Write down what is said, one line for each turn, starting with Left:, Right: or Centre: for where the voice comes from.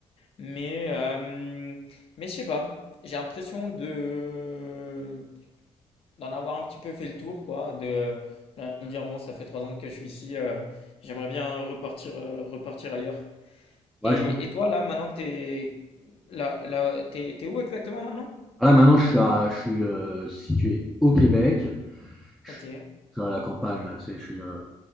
Left: Mais, hem, mais je sais pas, j'ai l'impression de d'en avoir un petit peu fait le tour, quoi, de, de me dire, bon, ça fait trois ans que je suis ici, euh, j'aimerais bien repartir, euh, repartir ailleurs.
Centre: Ouais,
Left: Et,
Centre: je-
Left: et toi, là, maintenant que t'es là, là, t'es, t'es où exactement maintenant?
Centre: ah Là, maintenant, je suis, à- je suis euh, situé au Québec. Je
Left: Ok,
Centre: suis à la campagne, là, tu sais, je suis, euh,